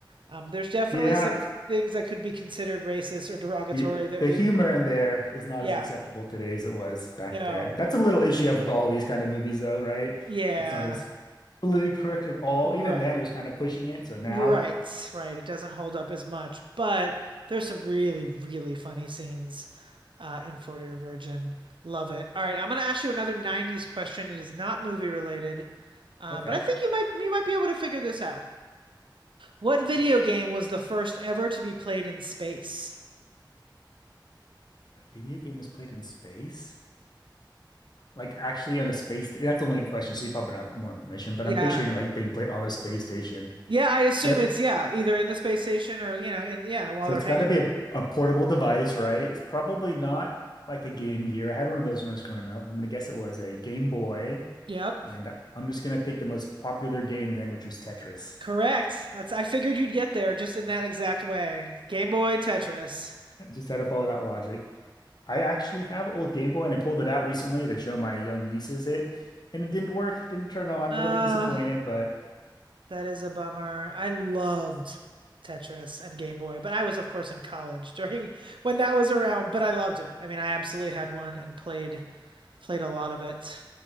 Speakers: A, on the right; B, on the left.
A: Um, there's definitely
B: Yeah,
A: some things that could be considered racist or derogatory
B: the,
A: that
B: the
A: we,
B: humor in there is not
A: yeah,
B: as acceptable today as it was back
A: no,
B: then. That's a little issue I have with all these kind of movies, though, right?
A: yeah,
B: It's not as politically correct at all.
A: right,
B: Even then, it was kind of pushing it. So now,
A: right, right. It doesn't hold up as much, but there's some really, really funny scenes uh, in 40 Year Virgin. Love it. All right, I'm gonna ask you another 90s question. It is not movie related, uh,
B: okay,
A: but I think you might you might be able to figure this out. What video game was the first ever to be played in space?
B: a video game is played in space, like actually on a space. That's the only a question, so you probably don't have more information. But
A: Yeah.
B: I'm picturing it like being played on a space station.
A: Yeah, I assume
B: So that
A: it's yeah, either in the space station or you know, in yeah, while
B: So
A: they're
B: it's
A: hanging.
B: got to be a, a portable device, right? It's probably not like a Game Gear. I had one of those when I was growing up. I'm going to guess it was a Game Boy.
A: Yep,
B: And I'm just going to pick the most popular game then, which was Tetris.
A: correct. That's I figured you'd get there just in that exact way. Game Boy Tetris.
B: Just had to follow that logic. I actually have an old Game Boy and I pulled it out recently to show my young nieces it. And it didn't work, didn't turn on,
A: Uh,
B: a little bit disappointed, but
A: that is a bummer. I loved Tetris and Game Boy, but I was of course in college <laughs> during when that was around, but I loved it. I mean, I absolutely had one and played played a lot of it.